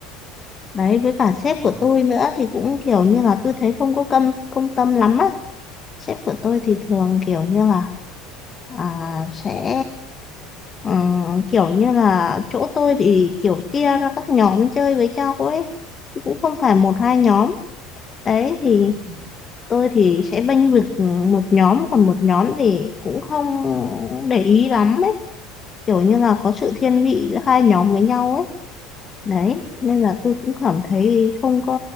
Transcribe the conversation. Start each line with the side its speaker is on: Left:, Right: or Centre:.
Left: đấy với cả sếp
Right: thơ
Left: của tôi nữa thì cũng kiểu như là tôi thấy không có câm công tâm lắm á sếp của tôi thì
Right: ừ
Left: thường kiểu như là à, sẽ ừ, kiểu như là chỗ tôi thì kiểu chia ra các nhóm chơi với nhau ấy chứ cũng không phải một
Right: ừ
Left: hai nhóm đấy thì
Right: ừ
Left: tôi thì sẽ bênh vực ừ, một nhóm còn một nhóm thì cũng không để ý lắm ấy kiểu như là
Right: ừ
Left: có sự thiên vị giữa hai nhóm với nhau ấy đấy
Right: ok
Left: nên là tôi cũng cảm thấy không có